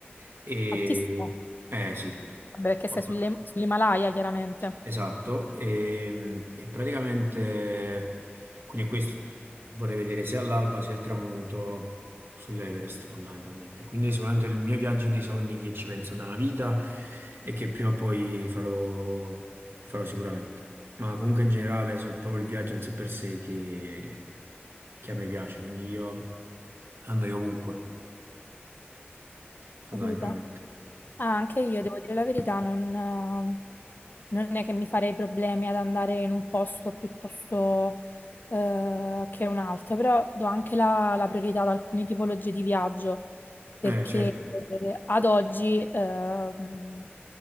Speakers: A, on the right; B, on the left.
A: E,
B: altissimo.
A: eh sì,
B: Vabbè, perché
A: molto
B: sei sulle-
A: alto.
B: sull'Himalaya, chiaramente.
A: esatto. E, e praticamente, quindi questo vorrei vedere sia l'alba sia il tramonto sull'Everest fondamentalmente. Quindi sicuramente il mio viaggio dei sogni che ci penso da una vita e che prima o poi farò, farò sicuramente. Ma comunque in generale è proprio il viaggio in sé per sé che, che a me piace, quindi io andrei ovunque fondamentalmente.
B: Capito. Ah, anche io, devo dire la verità, non, eh, non è che mi farei problemi ad andare in un posto piuttosto eh, che un altro, però do anche la, la priorità ad alcune tipologie di viaggio, perché
A: Eh, certo,
B: eh, ad oggi, ehm,